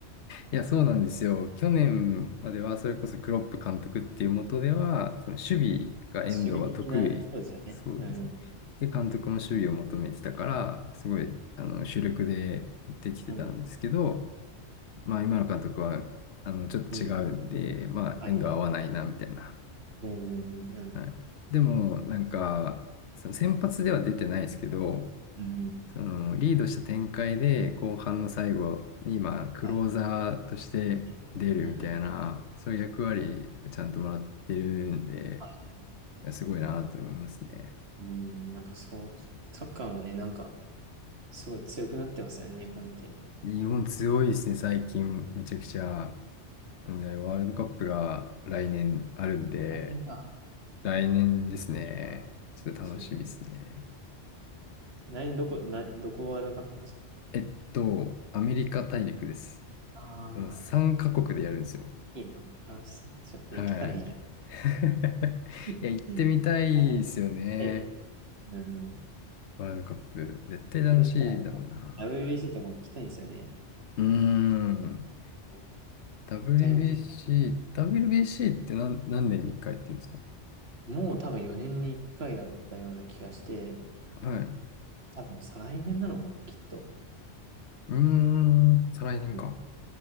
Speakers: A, on the left; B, on the right.
A: いや、そうなんですよ。去年までは、それこそクロップ監督っていう下では、その守備が遠藤は得意。
B: 守備的な、そうですよね。
A: そうですね。
B: うん、
A: で、監督も守備を求めてたから、すごい、あの、主力でできてたんですけど、
B: うん、
A: まあ、今の監督は、あの、ちょっと違うんで、
B: うん、うん。
A: まあ、
B: はいはい。
A: 遠藤は合わないな、みたいな。
B: うん、うん、うん、
A: はい。でも、なんか、その先発では出てないですけど、
B: うん、うん。
A: そのリードした展開で後半の最後に、まあ、クローザーとして出るみたいな、
B: はい。みたいな。うん、うん。
A: そういう役割をちゃんともらってるんで、
B: はい。
A: すごいなと思いますね。
B: うん、なんかそう、サッカーもね、なんか、すごい強くなってますよね、日本って。
A: 日本強いですね、最近。めちゃくちゃ。なんで、ワールドカップが来年あるんで、
B: 来年か。
A: 来年ですね。
B: いいなぁ。
A: ちょっと楽しみですね。
B: 楽しみだな。来年どこ、な、どこワールドカップだ
A: えっと、アメリカ大陸です。
B: ああ、
A: その3カ国でやるんですよ。
B: いいな。楽しそう。ちょっと行けたらいいけ
A: はい。<laughs>
B: ど。<laughs>
A: いや、行ってみたいですよね。
B: あ、はい。うん。
A: ワールドカップ。絶対楽しいだろうな。
B: それで言ったら、WBC とかも行きたいんですよね。
A: うーん。
B: こ
A: WBC、
B: う一回見てみたい。
A: WBC って何、何年に1回やってるんですか
B: もう多分4年に1回だったような気がして、
A: はい。う
B: 多分再来年なのかな、きっと。
A: ーん、再来年か。
B: うん。